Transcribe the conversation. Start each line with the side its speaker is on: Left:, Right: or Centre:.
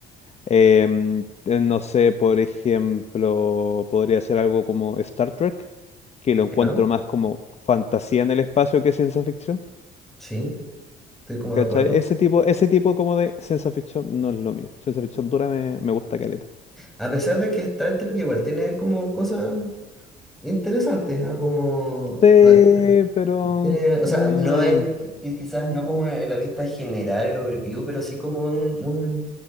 Left: em, eh, no sé, por ejemplo, podría ser algo como Star Trek, que lo encuentro
Centre: ¿Ya?
Left: más como fantasía en el espacio que ciencia ficción.
Centre: Sí, estoy como
Left: ¿Cachai?
Centre: de acuerdo.
Left: Ese tipo, ese tipo como de ciencia ficción no es lo mío. Ciencia ficción dura me, me gusta caleta.
Centre: A pesar de que Star Trek igual tiene como cosas interesantes, ¿ah? Como...
Left: Sí,
Centre: ah,
Left: pero...
Centre: Tiene- o
Left: mm,
Centre: sea, no
Left: eh,
Centre: en, y quizás no como en la vista general, el overview, pero sí como un, un-